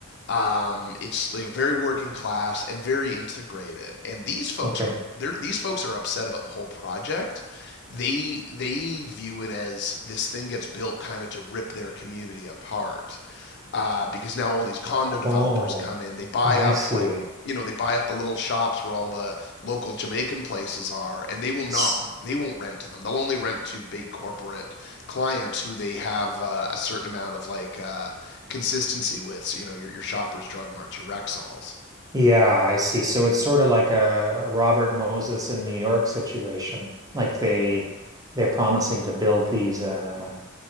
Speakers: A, on the left (about 55°); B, on the right (about 15°).
A: um, it's like very working class and very integrated. And these folks
B: Okay.
A: are these folks are upset about the whole project. They they view it as this thing gets built kind of to rip their community apart. Uh, because now all these condo developers
B: Oh,
A: come in, they buy
B: I
A: up
B: see.
A: like you know they buy up the little shops where all the local Jamaican places are, and they will not
B: S-
A: they won't rent to them. They'll only rent to big corporate clients who they have uh, a certain amount of like uh, consistency with. So, you know, your, your shoppers, drug marts, your Rexalls.
B: Yeah, I see. So it's sort of like a Robert Moses in New York situation. Like they they're promising to build these uh